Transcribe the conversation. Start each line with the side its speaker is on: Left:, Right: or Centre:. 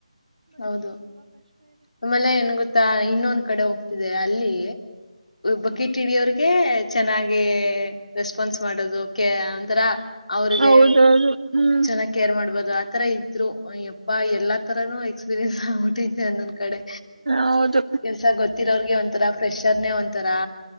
Left: ಹೌದು ಆಮೇಲೆ ಏನ್ ಗೊತ್ತಾ ಇನ್ನೊಂದ್ ಕಡೆ ಹೋಗ್ತ ಇದೆ ಅಲ್ಲಿ ಬಕೀಟ್ ಇಡಿಯ ಅವ್ರಿಗೆ ಚೆನ್ನಾಗಿ ರೆಸ್ಪಾನ್ಸ್ ಮಾಡದು ಒಂತರ ಅವ್ರಿಗೆ
Right: ಹೌದೌದು ಹ್ಮ್
Left: ಚೆನ್ನಾಗಿ್ ಕೇರ್ ಮಾಡ್ಬದು ಆತರ ಇದ್ರುಯಪ್ಪ ಎಲ್ಲಾ ತರನುೂ ಎಕ್ಸ್ಪೀರಿಯನ್ಸ್ ಆಗ್ಬಿಟ್ಟಿದೆ ಅಂದೊಂದ ಕಡೆ
Right: ಹೌದು
Left: ಕೆಲ್ಸ ಗೊತ್ತಿರೋ್ರಗೆ ಒಂಥರ ಪ್ರಫ್ರೆಷರ್ನೆ ಒಂತರಾ